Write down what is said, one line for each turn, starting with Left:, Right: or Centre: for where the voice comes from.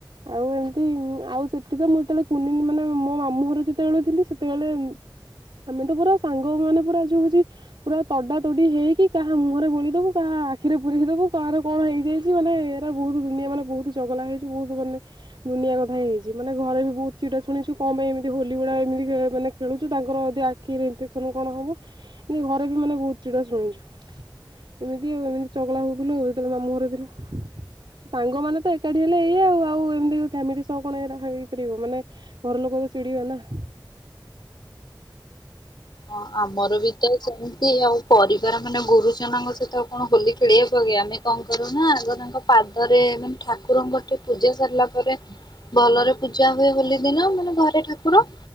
Right: ଆଉ ଏମିତି ଆଉ ସେଠି ତ ମୁଁ ଏତେବେଳେ କୁନି ମାନେ ମୋ ମାମୁଁ ଘର ଯେତେବେଳେ ଥିଲି ସେତେବେଳେ ଆମେ ତ ପୁରା ସାଙ୍ଗ ମାନେ ପୁରା ଯୋଉ ହଉଚି ପୁରା ତଡା ତୋଡି ହେଇକି କାହା ମୁହଁରେ ବୋଳିଦବୁ କାହା ଆଖିରେ ପୁରେଇ ଦବୁ କାହାର କଣ ହେଇଯେ ଛି ମାନେ ଏରା ବହୁତ ଦୁନିଆ ମାନେ ବହୁତ ଚଗଲା ହେଇଚୁ ବହୁତୁ ମାନେ ଦୁନିଆ କଥା ହେଇଛି ମାନେ ଘରେ ବି ବହୁତ ଛି ଟା ଶୁଣିଚୁ କଁ ପାଇଁ ଏମିତି ହୋଲି ଭୁଡ଼ା ଏମିତି ଏ ମାନେ ଖେଳୁଚୁ ତାଙ୍କର ଯଦି ଆଖିରେ ଇନଫେକ୍ସନ୍ କଣ ହବ। ନାଇଁ ଘରେ ବି ମାନେ ବହୁତ ଚିଡା ଶୁଣିଛୁ। ଏମିତି ଆଉ ଏମିତି ଚଗଲା ହଉଥୁଲୁ ଯେତେବେଳେ ମାମୁଁ ଘରେ ଥିଲୁ। ସାଙ୍ଗ ମାନେ ତ ଏକାଠି ହେଲେ ଏଇଆ ଆଉ ଆଉ ଏମିତି ଫ୍ୟାମିଲି ସହ କଣ ଏରା ହେଇପାରିବ ମାନେ। ଘର ଲୋକ ତ ଚିଡିବେ ନା ହୁଁ।
Left: ହଁ ଆମର ବି ତ ସେମତି ଆଉ ପରିବାର ମାନେ ଗୁରୁଜନଙ୍କ ସହିତ ଆଉ କଣ ହୋଲି ଖେଳି ହେବ କି ଆମେ କଣ କରୁ ନା ଆଗ ତାଙ୍କ ପାଦରେ ମାନେ ଠାକୁରଙ୍କର ଠେ ପୂଜା ସାରିଲା ପରେ ଭଲରେ ପୂଜା ହୁଏ ହୋଲି ଦିନ ମାନେ ଘରେ ଠାକୁର